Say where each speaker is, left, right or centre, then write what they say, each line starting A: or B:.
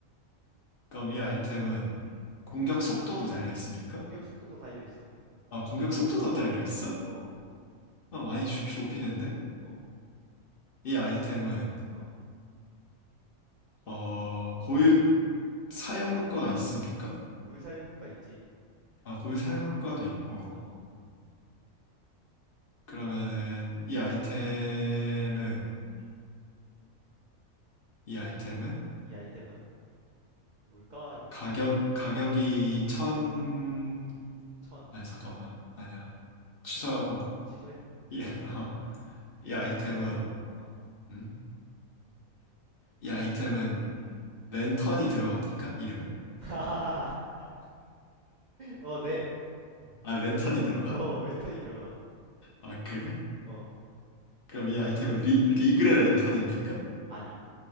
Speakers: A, on the left; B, on the right.
A: 그럼 이 아이템은
B: 음.
A: 공격 속도도 달려 있습니까?
B: 공격 속도도 달려 있어.
A: 아 공격 속도도 달려 있어?
B: 어,
A: 아 많이 좁- 좁히는데?
B: 어,
A: 이 아이템은
B: 어.
A: 어, 고유 사용 효과가 있습니까?
B: 구유 사용 효과 있지.
A: 아, 고유 사용 효과도 있고.
B: 어,
A: 그러면은
B: 음,
A: 이 아이템은
B: 음.
A: 이 아이템은
B: 이 아이템은 뭘까요?
A: 가격 가격이 천
B: 천.
A: 아니 잠깐만. 아니야. 취소하고
B: 아, 취소해?
A: 이, <laughs> 이
B: 오케이,
A: 아이템은
B: 취소했어. 어,
A: 음? 이 아이템은
B: 음.
A: 랜턴이 들어갑니까? 이름에?
B: <laughs> 어, 네.
A: 아, 랜턴이 들어가?
B: 어, 랜턴이 들어가.
A: 아, 그래?
B: 어,
A: 그럼 이 아이템은 리, 리그의 랜턴입니까?
B: 아니?